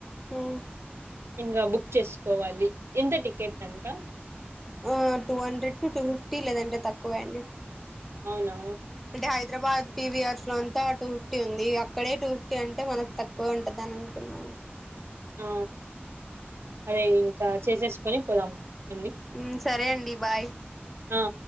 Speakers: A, in the centre; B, on the right.
A: ఉమ్
B: ఇంగ బుక్ చేసుకోవాలి ఎంత టికెట్ అంట
A: ఆ two hundred to two fifty లేదంటే తక్కువే అండి
B: అవునా
A: అంటే హైదరాబాద్ పి విఆర్స్ లో అంతా టూ ఫిఫ్టీ ఉంది అక్కడే టూ ఫిఫ్టీ అంటే మనకు తక్కువ ఉంటదని అనుకున్నానులే
B: ఆ అదే ఇంకా చేసేసుకొని పోదాం అండి
A: ఉమ్ సరే అండి బాయ్
B: ఆ